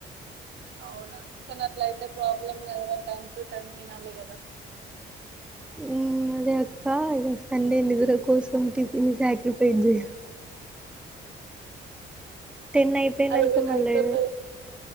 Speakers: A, on the right (about 60°); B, in the centre.
A: అవునా, కానీ అట్ల అయితే ప్రాబ్లమ్ గద ర టైమ్ టు టైమ్ తినాలి కదా.
B: ఉమ్ అదే అక్క, ఇక సండే నిద్ర కోసం టిఫిన్ సాక్రిఫైస్ జెయ. టెన్ అయిపోయినాక
A: అదే నైట్
B: మళ్ళీ
A: అన్నది.